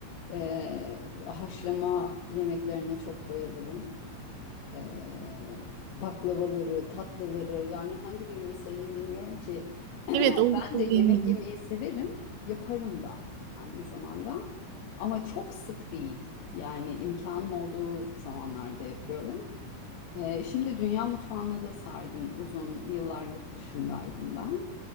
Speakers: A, on the left; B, on the right.
A: Ee, haşlama yemeklerine çok bayılırım. Ee, baklavaları, tatlıları yani hangi birini sayayım bilmiyorum ki. <clears throat>
B: evet oldukça
A: Ben de
B: zengin
A: yemek yemeyi severim, yaparım da aynı zamanda. Ama çok sık değil. Yani imkanım olduğu zamanlarda yapıyorum. Ee, şimdi dünya mutfağına da sardım. Uzun yıllar yurt dışındaydım ben.